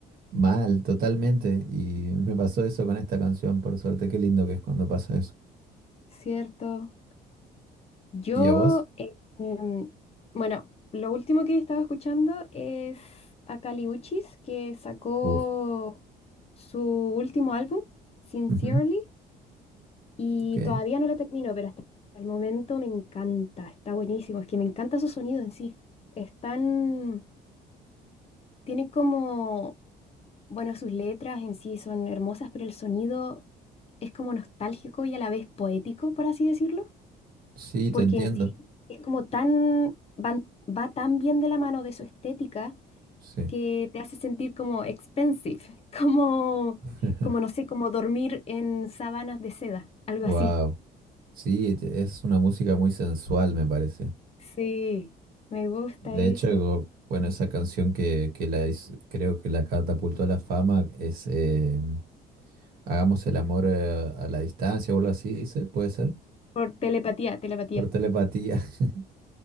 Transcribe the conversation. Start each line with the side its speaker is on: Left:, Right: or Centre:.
Right: Mal, totalmente. Y me pasó eso con esta canción, por suerte. Qué lindo que es cuando pasa eso.
Left: ¿cierto? Yo,
Right: ¿Y a vos?
Left: eh, em, bueno, lo último que estaba escuchando es a Kali Uchis, que sacó
Right: Uf.
Left: su último álbum, Sincerely,
Right: Ujú,
Left: y
Right: Ok.
Left: todavía no lo termino, pero hasta el momento me encanta, está buenísimo, es que me encanta su sonido en sí. Están, tiene como, bueno, sus letras en sí son hermosas, pero el sonido es como nostálgico y a la vez poético, por así decirlo.
Right: Sí, te
Left: porque
Right: entiendo.
Left: en sí es como tan, van- va tan bien de la mano de su estética
Right: Sí.
Left: que te hace sentir como expensive, <laughs> como,
Right: <laughs>
Left: como no sé, como dormir en sábanas de seda, algo
Right: Wow.
Left: así.
Right: Sí, te- es una música muy sensual, me parece.
Left: Sí, me gusta
Right: De
Left: eso.
Right: hecho, go- bueno, esa canción que, que la hiz- creo que la catapultó a la fama es eh, Hagamos el amor eh, a la distancia o algo así, dice, puede ser,
Left: Por telepatía, telepatía.
Right: por telepatía. <laughs>